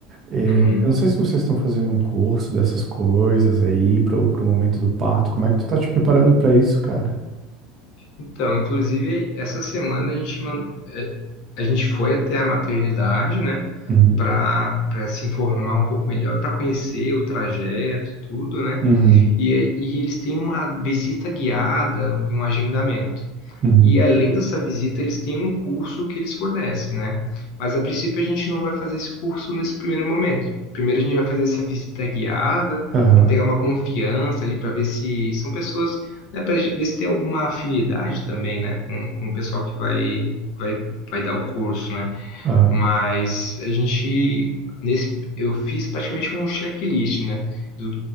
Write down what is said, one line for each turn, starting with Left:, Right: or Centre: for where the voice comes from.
Right: É,
Left: uhum.
Right: eu não sei se vocês estão fazendo um curso dessas coisas aí pro, pro momento do parto. Como é que tu tá te preparando pra isso, cara?
Left: Então, inclusive, essa semana a gente, man- eh, a gente foi até a maternidade, né,
Right: Uhum,
Left: para para se informar um pouco melhor, para conhecer o trajeto, tudo, né?
Right: uhum,
Left: E, e eles têm uma visita guiada, um agendamento.
Right: uhum,
Left: E além dessa visita, eles têm um curso que eles fornecem, né? Mas a princípio a gente não vai fazer esse curso nesse primeiro momento. Primeiro a gente vai fazer essa visita guiada
Right: Aham,
Left: para pegar uma confiança ali, para ver se são pessoas, né, para ver se tem alguma afinidade também, né, com, com o pessoal que vai, vai, vai dar o curso, né?
Right: aham,
Left: Mas a gente, nesse, eu fiz praticamente um checklist, né? Do